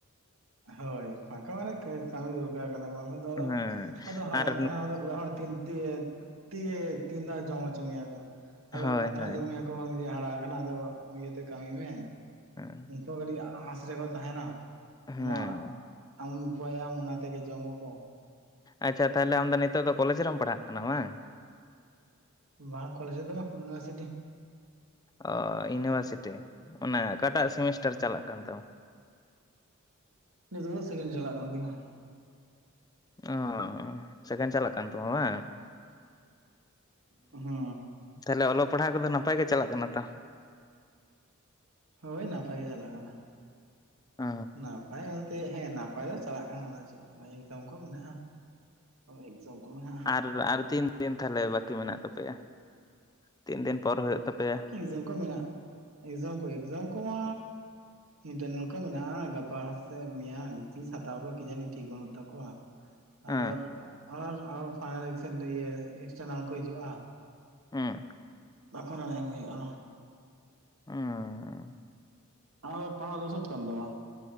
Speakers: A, on the right; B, on the left.
A: ᱦᱳᱭ ᱯᱷᱟᱠᱟ ᱢᱟᱱᱮ ᱠᱟᱹᱢᱤ ᱫᱚᱨᱠᱟᱨ ᱠᱟᱱᱟ ᱵᱟᱠᱷᱟᱱ ᱟᱫᱚ
B: ᱦᱮᱸ
A: ᱟᱫᱚ ᱦᱟᱨᱟ
B: ᱟᱨ
A: ᱠᱟᱱᱟ ᱟᱫᱚ ᱚᱲᱟᱜ ᱦᱚᱲ ᱛᱤᱱ ᱛᱮ ᱛᱤᱭᱮ ᱛᱤᱱ ᱫᱷᱟᱣ ᱡᱚᱢ ᱦᱚᱪᱚ ᱢᱮᱭᱟ ᱠᱚ ᱟᱫᱚ
B: ᱦᱳᱭ
A: ᱠᱟᱛᱷᱟ
B: ᱦᱳᱭ
A: ᱟᱡᱚᱢ ᱢᱮᱭᱟ ᱠᱚ ᱵᱟᱝ ᱡᱮ ᱦᱟᱨᱟ ᱠᱟᱱᱟ ᱟᱫᱚ ᱤᱭᱟᱹᱛᱮ ᱠᱟᱹᱢᱤ ᱢᱮ
B: ᱦᱮᱸ
A: ᱩᱱᱠᱩ ᱦᱚ ᱠᱟᱹᱴᱤᱡ ᱟᱸᱥ ᱨᱮᱠᱚ ᱛᱟᱦᱮᱱᱟ
B: ᱦᱮᱸ
A: ᱟᱢᱟᱜ ᱟᱢ ᱩᱯᱟᱭᱟᱢ ᱚᱱᱟ ᱛᱮᱜᱮ ᱡᱚᱢ ᱟᱠᱚ
B: ᱟᱪᱪᱷᱟ ᱛᱟᱦᱚᱞᱮ ᱟᱢ ᱫᱚ ᱱᱤᱛᱚᱜ ᱫᱚ ᱠᱚᱞᱮᱡᱽ ᱨᱮᱢ ᱯᱟᱲᱦᱟᱜ ᱠᱟᱱᱟ ᱵᱟᱝ
A: ᱵᱟ ᱠᱚᱞᱚᱡᱽ ᱨᱮ ᱫᱚ ᱵᱟ ᱤᱭᱩᱱᱤᱵᱷᱟᱨᱥᱤᱴᱤ᱾
B: ᱚ ᱤᱭᱩᱱᱤᱵᱷᱟᱨᱥᱤᱴᱤ ᱚᱱᱟ ᱚᱠᱟᱴᱟᱜ ᱥᱮᱢᱤᱥᱴᱟᱨ
A: ᱦᱩᱸ
B: ᱪᱟᱞᱟᱜ ᱠᱟᱱ ᱛᱟᱢᱟ
A: ᱱᱤᱛᱚᱜ ᱫᱚ ᱥᱮᱠᱮᱱᱰ ᱪᱟᱞᱟᱜ ᱠᱟᱱ ᱛᱤᱧᱟᱹ
B: ᱚ ᱥᱮᱠᱮᱱ ᱪᱟᱞᱟᱜ ᱠᱟᱱ ᱛᱟᱢᱟ ᱵᱟᱝ᱾
A: ᱦᱚ
B: ᱛᱟᱦᱚᱞᱮ ᱚᱞᱚᱜ ᱯᱟᱲᱦᱟᱣ ᱠᱚᱫᱚ ᱱᱟᱯᱟᱭ ᱜᱮ ᱪᱟᱞᱟᱜ ᱠᱟᱱᱟ ᱛᱚ
A: ᱦᱳᱭ ᱱᱟᱯᱟᱭ ᱜᱮ ᱪᱟᱞᱟᱜ ᱠᱟᱱᱟ
B: ᱚ,
A: ᱱᱟᱯᱟᱭ ᱵᱚᱞᱛᱮ ᱦᱮ ᱱᱟ ᱱᱟᱯᱟᱭ ᱫᱚ ᱪᱟᱞᱟᱜ ᱠᱟᱱᱟ ᱟᱫᱚ ᱪᱮᱫ ᱮᱠᱡᱟᱢ ᱠᱚ ᱢᱮᱱᱟᱜᱼᱟ ᱮᱠᱡᱟᱢ ᱠᱚ ᱢᱮᱱᱟᱜᱼᱟ᱾
B: ᱟᱨ ᱟᱨ ᱛᱤᱱ ᱫᱤᱱ ᱛᱟᱦᱚᱞᱮ ᱵᱟᱹᱠᱤ ᱢᱮᱱᱟᱜ ᱛᱟᱯᱮᱭᱟ ᱛᱤᱱ ᱫᱤᱱ ᱯᱚᱨ ᱦᱩᱭᱩᱜ ᱛᱟᱯᱮᱭᱟ
A: ᱮᱠᱡᱟᱢ ᱠᱚ ᱢᱮᱱᱟᱜᱼᱟ ᱮᱠᱡᱟᱢ ᱠᱚ ᱮᱠᱡᱟᱢ ᱠᱚᱢᱟ ᱤᱱᱴᱟᱨᱱᱟᱞᱠᱚ ᱢᱮᱱᱟᱜᱼᱟ ᱜᱟᱯᱟ ᱥᱮᱫ ᱢᱮᱭᱟᱝ ᱛᱤᱥ ᱦᱟᱛᱟᱣ ᱠᱚ ᱠᱤᱡᱟᱱᱤ ᱴᱷᱤᱠ ᱵᱟᱹᱱᱩᱜ ᱛᱟᱠᱚᱣᱟ ᱟᱵᱟᱨ
B: ᱦᱮᱸ
A: ᱟᱵᱟᱨ ᱯᱷᱟᱭᱮᱱ ᱤᱠᱥᱮᱫ ᱤᱭᱟ. ᱮᱠᱴᱟᱨᱱᱟᱞ ᱠᱚ ᱦᱤᱡᱩᱜᱼᱟ᱾
B: ᱮᱸ᱾
A: ᱛᱚᱠᱷᱚᱱ ᱱᱚᱲᱮ ᱮᱢ ᱦᱩᱭᱩᱜ-ᱟ᱾
B: ᱩᱸ᱾
A: ᱟᱢᱟᱜ ᱫᱚ ᱯᱟᱲᱦᱟᱜ ᱫᱚ ᱥᱟᱹᱛ ᱠᱟᱱ ᱛᱟᱢᱟ᱾